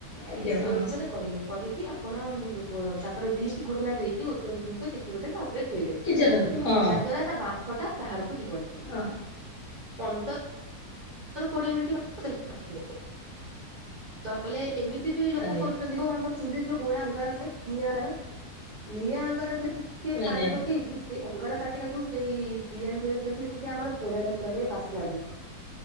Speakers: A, on the left; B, on the right.
A: ଆଜ୍ଞା ଆଜ୍ଞା
B: ସେଇ
A: ହଁ
B: ଅନୁସାରେ କରିବେ। କରିକି ଆପଣ ତାଙ୍କର ଡିଷ୍ଟ ଗୁଡନା ଦେଇକି ଓଜନ କିଛି ଗୋଟେ ତା ଉପରେ ଥୋଇଦେବେ
A: କିଚେର ହଁ
B: ଯାହା ଦ୍ଵାରା ତା ବାମ୍ଫ ଟା ବାହାରକୁ ଯିବନି।
A: ହଁ
B: ପନ୍ଦର ରୁ କୋଡିଏ ମିନିଟ <unintelligible> ତ <inaudible> କଲେ ଏମିତି ବି ଲୋକ
A: ଆଜ୍ଞା
B: କରୁଛନ୍ତି। ଯୋଉ ଆମ ଚ ଯୋଉ ଗୋଡା ଅଙ୍ଗାର ଥାଏ ନିଆର। ନିଆଁ ଅଙ୍ଗାରରେ ଟିକେ
A: ଆଜ୍ଞା
B: ପାଣି ପକେଇକି ସେଇ ଅଙ୍ଗାର ତାଟିିବାକୁ ସେଇ ବିରିୟାନୀରେ ଥୋଇଥିଲେ ଟିକେ ଆମର ପୋଳାଳିଆ ବାସନା ଦିଏ।